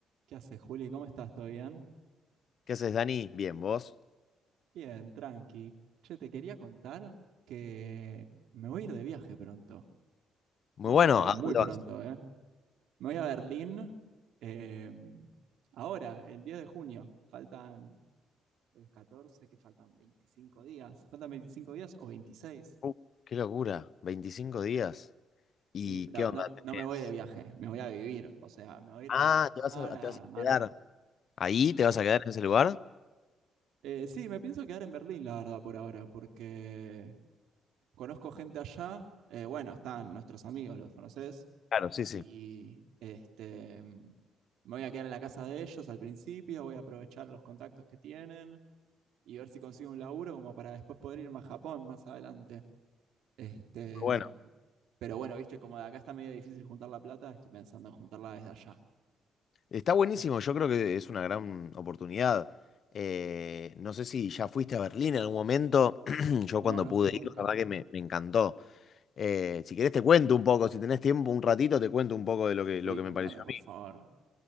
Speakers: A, on the right (about 80°); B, on the left (about 55°).
A: ¿Qué haces, Juli? ¿Cómo estás? ¿Todo bien?
B: ¿Qué haces, Dani? Bien, ¿vos?
A: Bien, tranqui. Che, te quería contar que me voy a ir de viaje pronto.
B: Muy
A: Más
B: bueno,
A: o- pero
B: ¿a
A: muy
B: dónde
A: pronto,
B: vas?
A: ¿eh? Me voy a Berlín eh, ahora, el 10 de junio. Faltan el catorce que faltan 25 días. ¿Faltan 25 días o veintiséis.
B: Uh, qué locura, 25 días. ¿Y
A: Sí, pero
B: qué onda
A: no,
B: tenés?
A: no me voy de viaje, me voy a vivir. O sea, me voy a ir
B: Ah,
A: a laburar,
B: te vas a,
A: a
B: te vas
A: armar.
B: a quedar. ¿Ahí te vas a quedar en ese lugar?
A: Eh, sí, me pienso quedar en Berlín, la verdad, por ahora, porque conozco gente allá, eh, bueno, están nuestros amigos, los conoces,
B: Claro, sí, sí.
A: y este, mm, me voy a quedar en la casa de ellos al principio, voy a aprovechar los contactos que tienen y ver si consigo un laburo como para después poder irme a Japón más adelante. Este,
B: Bueno,
A: pero bueno, viste, como de acá está medio difícil juntar la plata, estoy pensando en juntarla desde allá.
B: está buenísimo, yo creo que es una gran oportunidad. Eh, no sé si ya fuiste a Berlín en algún momento, <clears throat> yo
A: No,
B: cuando
A: no
B: pude
A: fui nunca.
B: ir, la verdad que me, me encantó. Eh, si querés te cuento un poco, si tenés tiempo, un ratito, te cuento un poco de lo que,
A: Sí,
B: lo que
A: contame,
B: me pareció.
A: por favor.